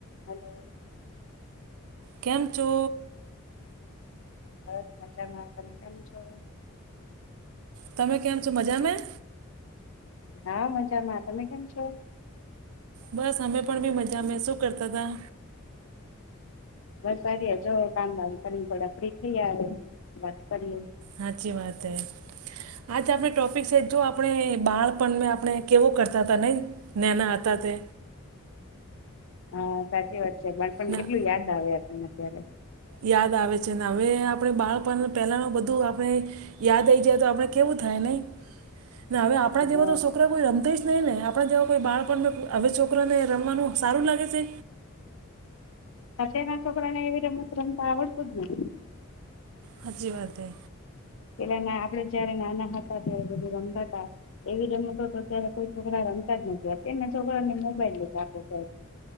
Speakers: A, on the left (about 65°); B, on the right (about 80°).
A: Hello
B: કેમ છો?
A: બસ મજામાં તમે કેમ છો?
B: તમે કેમ છો મજા મા?
A: હા મજામાં તમે કેમ છો?
B: બસ અમે પણ બી મજા મે શું કરતા તા
A: બસારીએજો કામ વામ કરીને થોડા ફ્રી થઈ આવે વાત કરીએ.
B: હાચી વાત હૈ આજ આપણે ટોપિક છે જો આપણે બાળપણને આપણે કેવો કરતા હતા નઈ નાના આ હતા તે
A: હા સાચી વાત છે બાપણ
B: ના
A: કેટલું યાદ આવે આપને અત્યારે
B: યાદ આવે છે ને હવે આપણે બાળપણ પહેલાનું બધું આપણે યાદ આઈ જાય તો આપણે કેવું થાય નહી ને હવે આપણા જેવા
A: હા
B: તો સુખ છોકરા કોઈ રમતેઈસ નહીં ને આપણા જેવા કોઈ બાળપણ હવે છોકરાને રમવાનું સારું લાગે છે.
A: અતે ના છોકરાને એવી રમત રમતા આવડતું જ નહી.
B: હાચી વાત હે
A: પેલાના આપડે જયારે નાના હતા ત્યારે બધું રમતા તા. એવી રમતો તો અત્યારે કોઈ છોકરા રમતા જ નથી હો ને છોકરા ને મોબાઈલ જ આપવો પડે.